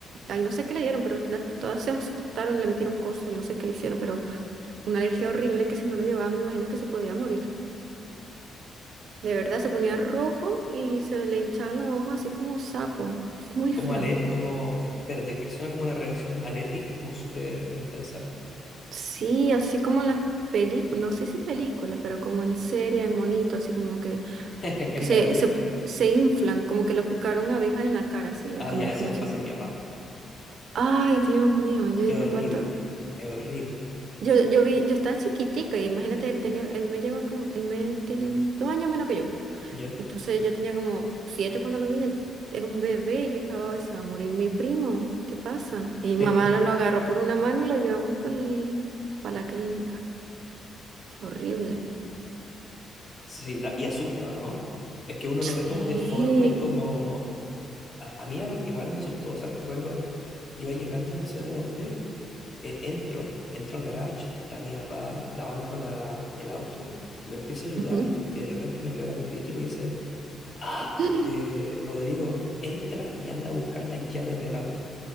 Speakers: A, on the right; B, on the left.
A: ahí no sé qué le dieron, pero las, todas se asustaron, le metieron cosas, yo no sé qué le hicieron, pero una alergia horrible que si no lo llevaba me imagino que se podía morir. De verdad, se ponía rojo y se le hinchaban los ojos así como un sapo. Muy
B: Como
A: feo.
B: aler, como, eh, espérate, que suena como una reacción alérgica, como súper intensa.
A: Sí, así como en las películas, no sé si películas, pero como en serie, en monito, así como que,
B: <laughs> Caricatura.
A: que se, se, se inflan, como que lo picaron abejas en la cara, así,
B: Ah,
A: como
B: ya, eso
A: que muchas.
B: le pasa a mi papá.
A: Ay, Dios mío, yo dije,
B: Es horrible,
A: what the-
B: es horrible.
A: Yo, yo vi, yo estaba chiquitica y imagínate, él tenía, él me lleva como, él me tiene dos años menos que yo.
B: ¿Ya?
A: Entonces yo tenía como siete cuando lo vi, él era un bebé y yo dije, ay, se va a morir mi primo, ¿qué pasa? Y mi
B: <laughs>
A: mamá lo agarró por una mano y lo llevamos para la clínica. Fue horrible.
B: Sí, da- y asusta, ¿no? Es que uno lo
A: Sí.
B: ve como deforme, como... A, a mí am- igual me asustó, o sea, recuerdo, iba llegando no sé de dónde, eh, entro, entro al garage, está mi papá lavando la, el auto, lo empiezo a ayudar
A: Ujú.
B: y de repente me pega un grito y me dice... ¡Ah!
A: <laughs>
B: Eh, Rodrigo, entra y anda a buscar las llaves del auto.